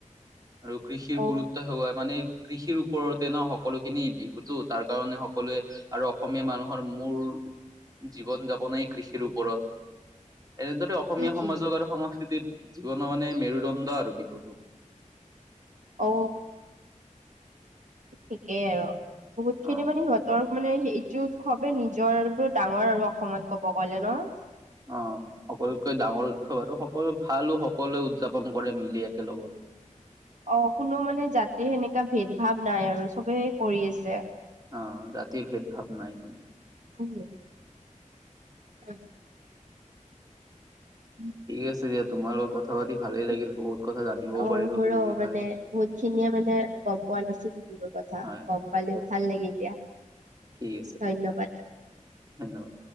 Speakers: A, on the right; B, on the right.
A: আৰু কৃষিৰ
B: অ
A: গুৰুত ত্ব মানে কৃষিৰ ওপৰতে নহ সকলোখিনি বিহুতো তাৰ কাৰণে সকলোৱে। আৰু অসমীয়া মানুহৰ মূল জীৱন-যাপনেই কৃষিৰ ওপৰত। এনেদৰে অসমীয়া
B: উম
A: সমাজক
B: উম
A: আৰু সংস্কৃতিৰ জীৱনৰ মানে মেৰুদণ্ড আৰু বিহুটো।
B: অ। ঠিকেই আৰু বহুত খিনি
A: অ'।
B: মানে সিহঁতৰ। মানে সেইটো উৎসৱে নিজৰ ওপৰত ডাঙৰ আৰু অসমত ক'ব গ'লে নহ।
A: অ সকলোতকৈ ডাঙৰ উৎসৱ আৰু সকলো ভালো সকলোৱে উদযাপন কৰে মিলি একেলগত।
B: অ কোনো মানে জাতি সেনেকা ভেদ ভাৱ নাই আৰু চবে কৰি আছে।
A: অ জাতিৰ ভেদ ভাৱ নাই কোনো।
B: <unintelligible> <unintelligible> <unintelligible>
A: ঠিক আছে দিয়া তোমাৰ লগত। কথা পাতি ভালে। ভালে লাগিল
B: উম
A: বহুত কথা। জানিবও
B: অ
A: পাৰিলো
B: মোৰো
A: বিহুৰ বিষয়ে
B: মানে বহুত খিনিয়ে মানে গম পোৱা নাছিলো বিহুৰ কথা।
A: হয়
B: গম পালোঁ ভাল লাগিল দিয়া।
A: <inaudible> আছে
B: ধন্যবাদ।
A: দিয়া ধন্যবাদ।